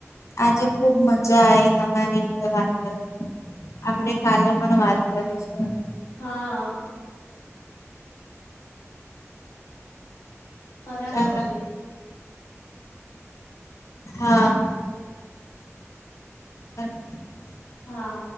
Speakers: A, on the left; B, on the left.
A: આજે ખુબ મજા આવી તમારી જોડે વાત કર આપણેે કાલે પણ વાત કરીશું
B: હા <unintelligible>
A: ચાલો હા <inaudible>
B: હા